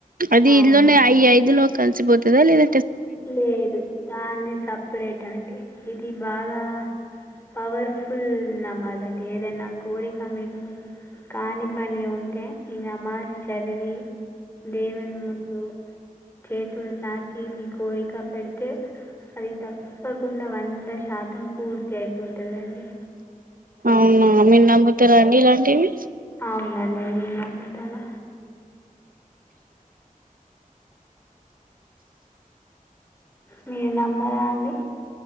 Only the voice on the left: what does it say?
అవునండి
లేదు దాంది సపరేట్ టండి ఇది బాగా పవర్ఫుల్ నమాదండి ఏదైనా కోరిక మీకు కాని పని ఉంటే ఈ నమాజ్ చదివి దేవుని ముందు చేతులు చాచి మీకు కోరిక పెడితే అది తప్పకుండా వంద శాతం పూర్తి అయిపోతదండి.
అవునండి నేను నమ్ముతను మీరు నమ్మరాన్ అండి